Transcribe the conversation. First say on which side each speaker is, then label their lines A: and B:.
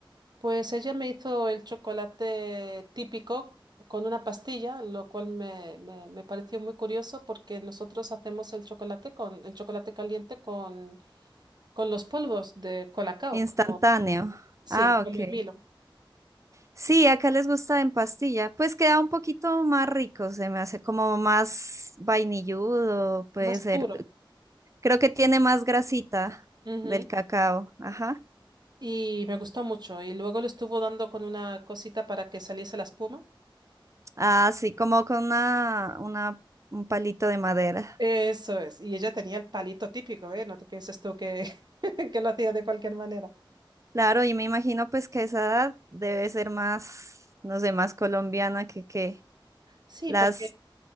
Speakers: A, on the right; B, on the right.
A: Pues ella me hizo el chocolate típico con una pastilla, lo cual me, me- me pareció muy curioso porque nosotros hacemos el chocolate con el chocolate caliente con, con los polvos de Colacao,
B: instantáneo.
A: como, sí,
B: Ah, ok.
A: como el Milo,
B: Sí, acá les gusta en pastilla. Pues queda un poquito más rico, se me hace como más vainilludo, puede
A: más
B: ser.
A: puro.
B: Creo que tiene más grasita
A: Ujú.
B: del cacao. Ajá.
A: Y me gustó mucho. Y luego le estuvo dando con una cosita para que saliese la espuma.
B: Así como con una, una, un palito de madera.
A: Eso es. Y ella tenía el palito típico, ¿eh? No te pienses tú que, <laughs> que lo hacía de cualquier manera.
B: Claro, y me imagino pues que esa edad debe ser más, no sé, más colombiana que que
A: Sí,
B: las,
A: porque